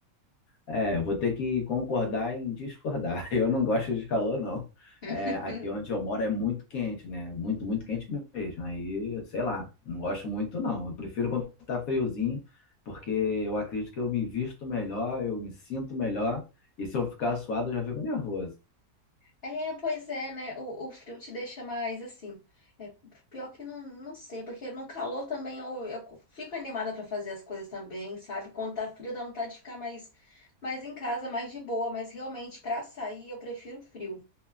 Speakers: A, on the left; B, on the left.
A: É, eu vou ter que concordar em discordar. <laughs> Eu não gosto de calor, não.
B: <laughs>
A: É, aqui onde eu moro é muito quente, né? Muito, muito quente mesmo. Aí, sei lá, não gosto muito, não. Eu prefiro quando tá friozinho, porque eu acredito que eu me visto melhor, eu me sinto melhor. E se eu ficar suado, eu já fico nervoso.
B: É, pois é, né? O, o frio te deixa mais assim. É, pior que não, não sei, porque no calor também eu, eu fico animada pra fazer as coisas também, sabe? Quando tá frio dá vontade de ficar mais, mais em casa, mais de boa, mas realmente pra sair eu prefiro frio.